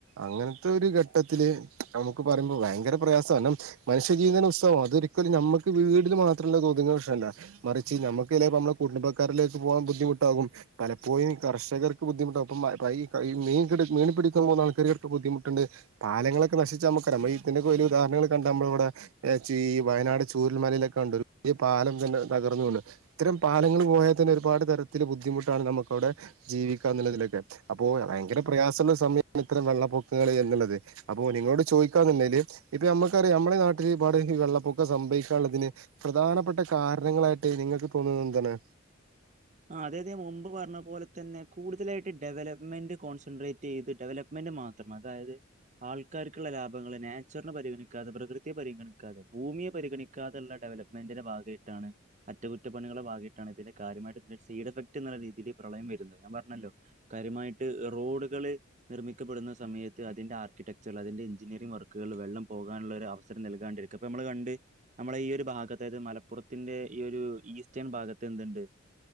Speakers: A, on the right (about 80°); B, on the right (about 35°).
A: അങ്ങനത്തെ ഒര് ഘട്ടത്തില് നമുക്ക് പറയുമ്പോ ഭയങ്കര പ്രയാസാനും മനുഷ്യജീവതന് <unintelligible> അതൊരിക്കലും ഞമ്മുക്ക് വീടില് മാത്രല്ല തൊതുങ്ങുന്ന പ്രശ്നമല്ല മറിച്ച് നമുക്ക് നമ്മളെ കുടുംബക്കാരിലേക്ക് പോവാൻ ബുദ്ധിമുട്ടാകും പലപ്പോഴും ഈ കർഷകർക്ക് ബുദ്ധിമുട്ടാവു പ്പംമ പ്പയീ മീൻ പിടി മീനെ പിടിക്കാൻ പോന്ന ആൾക്കാര്ക്ക് ബുദ്ധിമുട്ടുണ്ട് പാലങ്ങളൊക്കെ നശിച്ചാമുക്കറിയ നമ്മളീതിന്റെക്കൊരുഹരണങ്ങള് കണ്ടമ്മളിവിടെ ഏച്ചീവയനാട് ചൂരൽ മലയിലൊക്കെ ഉണ്ടരുപുതിയ പാലം തന്നെ തകർന്നു വീണ് ഇത്തരം പാലങ്ങള് പോയാ തന്നെ ഒരുപാട് തരത്തില് ബുദ്ധിമുട്ടാണ് നമുക്കവിടെ ജീവിക്കാന്നുള്ളതിലൊക്കെ അപ്പോ ഭയങ്കര പ്രയാസള്ള സമയമാണ് ഇത്രം വെള്ളപ്പൊക്കങ്ങള് എന്ന്ള്ളത് അപ്പൊ നിങ്ങളോട് ചോദിക്കാന്നുണ്ടേല് ഇപ്പൊ ഞമ്മക്കറിയാം അമ്മളെ നാട്ടിലൊരുപാട് ഈ വെള്ളപ്പൊക്കം സംഭവിക്കാള്ളതിന് പ്രധാനപ്പെട്ട കാരണങ്ങളായിട്ട് നിങ്ങക്ക് തോന്നുന്നന്താണ്
B: ആഹ് അതെതെ മുമ്പ് പറഞ്ഞപോലെത്തന്നെ കൂടുതലായിട്ട് ഡെവലപ്മെന്റ് കോൺസെൻട്രേറ്റ് ചെയ്ത് ഡെവലപ്പ് മെന്റ് മാത്രം അതായത് ആൾക്കാര്ക്കുള്ള ലാഭങ്ങള് നാച്ചുറനെ പരിഗണിക്കാതെ പ്രകൃതിയെ പരിഗണിക്കാതെ ഭൂമിയെ പരിഗണി ക്കാതെള്ള ഡെവലപ്മെന്റിന്റെ ഭാഗേയിട്ടാണ് അറ്റകുറ്റപ്പണികളെ ഭാഗേയിട്ടാണ് ഇതിന്റെ കാര്യമായിട്ട് സൈഡ് എഫക്റ്റ് എന്നുള്ള രീതില് പ്രളയം വരുന്നത് ഞാൻ പറഞ്ഞല്ലോ കാര്യമായിട്ട് റോഡുകള് നിർമ്മിക്കപ്പെടുന്ന സമയത്ത് അതിന്റെ ആർക്കിടെക്ച്ചറൽ അതിന്റെ എഞ്ചിനീയറിംഗ് വർക്ക്കള് വെള്ളം പോകാള്ളൊരു അവസരം നൽകാണ്ടിരിക്ക ക്കപ്പമ്മള് കണ്ട് നമ്മളെ ഈയൊരു ഭാഗത്തായത് മലപ്പുറത്തിന്റെ ഈയൊരു ഈസ്റ്റേൺ ഭാഗത്തെന്ത്ണ്ട്